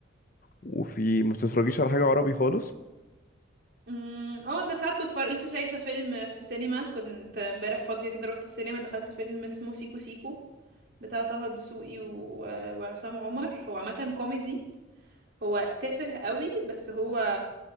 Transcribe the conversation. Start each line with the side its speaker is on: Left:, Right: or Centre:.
Left: وفي ما بتتفرجيش على حاجة عربي خالص
Right: امم اه ده ساعات بتفرج لسه شايفه فيلم في السينما كنت امبارح فاضيه كده رحت السينما دخلت فيلم اسمه سيكو سيكو بتاع طه الدسوقي و... وعصام عمر هو عامه كوميدي هو تافه قوي بس هو